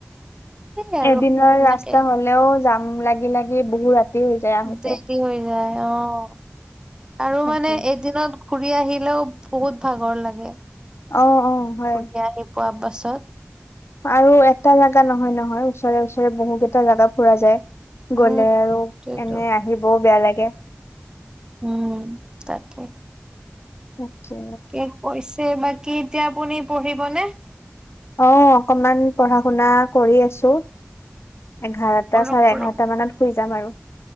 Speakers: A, on the right (about 20°); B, on the left (about 75°).
A: সেই আৰু
B: এদিনৰ
A: এনেকে
B: ৰাস্তা হলেও যাম লাগি-লাগি বহু ৰাতি হৈ যায় আহোঁতে।
A: দেৰি হৈ যায় অ' আৰু
B: তাকে।
A: মানে এদিনত ঘুৰি আহিলেও বহুত ভাগৰ লাগে।
B: অ অ হয়
A: ঘুৰি আহি পোৱা পাছত
B: আৰু এটা জাগা নহয়-নহয়, ওচৰে-ওচৰে বহু গেটা জাগা ফুৰা যায়।
A: উম
B: গলে আৰু
A: সেইটোৱেতো
B: এনে আহিব বেয়া লাগে।
A: উম, তাকে।
B: তাকে।
A: <unintelligible> কৈছে বাকী এতিয়া আপুনি পঢ়িবনে?
B: অ', অকনমান পঢ়া শুনা কৰি আছো। এঘাৰটা
A: কৰক
B: চাৰে
A: কৰক
B: এঘাৰটা মানত শুই যাম আৰু।